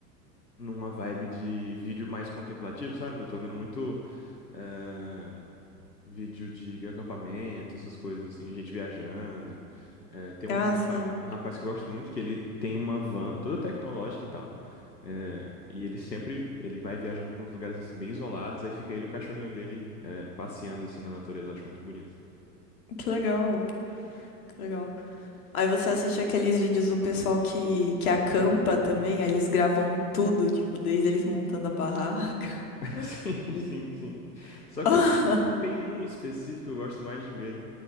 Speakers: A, on the left (about 80°); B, on the left (about 60°).
A: numa vibe de vídeo mais contemplativo, sabe? Eu tô vendo muito. eh, vídeo de acampamento, essas coisas assim, gente viajando. É, tem um
B: Ah,
A: rapaz,
B: sei.
A: um rapaz que eu gosto muito, que ele tem uma van toda tecnológica e tal. É, e ele sempre, ele vai viajando pra uns lugares assim bem isolados, aí fica ele e o cachorrinho dele é, passeando assim na natureza, eu acho muito bonito.
B: Que legal. Que legal. Aí você assiste aqueles vídeos do pessoal que, que acampa também, aí eles gravam tudo, tipo, desde eles montando a barraca.
A: <laughs> Sim,
B: E...
A: sim, sim. Só
B: <laughs>
A: que
B: Ah,
A: eu tem um em específico que eu gosto mais de ver,